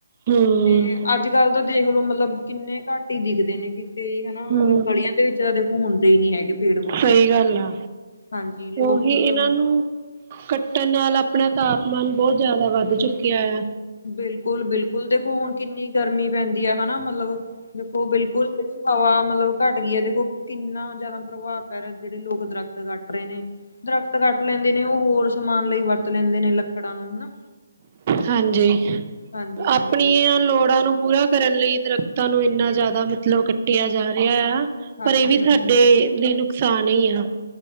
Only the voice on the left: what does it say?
ਤੇ ਅੱਜ ਕੱਲ੍ਹ ਤਾਂ ਦੇਖਲੋ ਮਤਲਬ ਕਿੰਨੇ ਘੱਟ ਹੀ ਦਿਖਦੇ ਨੇ ਕਿਤੇ ਹੈਨਾ ਮਤਲਬ
ਗਲੀਆਂ ਦੇਖੋ ਹੁੰਦੇ ਹੀ ਨੀ ਹੈਗੇ ਪੇੜ ਪੌਦੇ
ਹਾਂਜੀ ਲੋਕ
ਮਤਲਬ
ਬਿਲਕੁਲ ਬਿਲਕੁਲ ਦੇਖੋ ਹੁਣ ਕਿੰਨੀ ਗਰਮੀ ਪੈਂਦੀ ਆ ਹੈਨਾ ਮਤਲਬ ਦੇਖੋ ਬਿਲਕੁਲ ਹਵਾ ਮਤਲਬ ਘੱਟ ਗਈ ਹੈ ਦੇਖੋ ਕਿੰਨਾ ਜ਼ਿਆਦਾ ਪ੍ਰਭਾਵ ਪੈ ਰਿਹਾ ਜਿਹੜੇ ਲੋਕ ਦਰਖਤ ਕੱਟ ਰਹੇ ਨੇ। ਦਰਖਤ ਕੱਟ ਲੈਂਦੇ ਨੇ ਉਹ ਹੋਰ ਸਮਾਨ ਲਈ ਵਰਤ ਲੈਂਦੇ ਨੇ ਲੱਕੜਾਂ ਨੂੰ ਹੈਨਾ।
ਹਾਂਜੀ ਹਾਂਜੀ
ਹਾਂਜੀ
ਹਾਂਜੀ